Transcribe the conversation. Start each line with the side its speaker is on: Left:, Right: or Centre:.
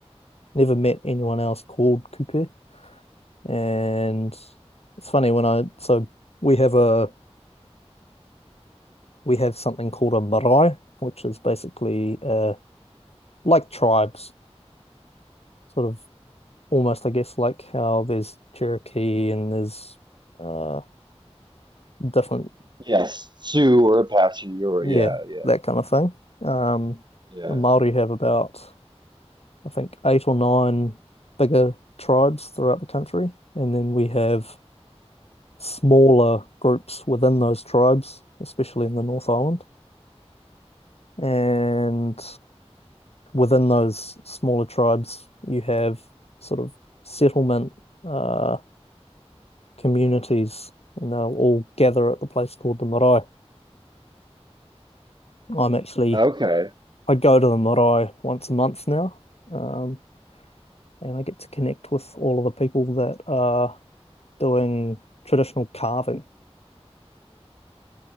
Left: never met anyone else called Kupe. And it's funny when I so we have a we have something called a marae, which is basically uh like tribes, sort of almost I guess like how there's Cherokee and there's uh different
Right: Yes, Sioux or Apache or
Left: yeah,
Right: yeah, yeah,
Left: that kind of thing. Um
Right: yeah.
Left: the Māori have about I think eight or nine bigger tribes throughout the country, and then we have smaller groups within those tribes, especially in the North Island. And within those smaller tribes, you have sort of settlement uh, communities, and they'll all gather at the place called the marae. I'm actually,
Right: Okay.
Left: I go to the marae once a month now, um, and I get to connect with all of the people that are doing traditional carving,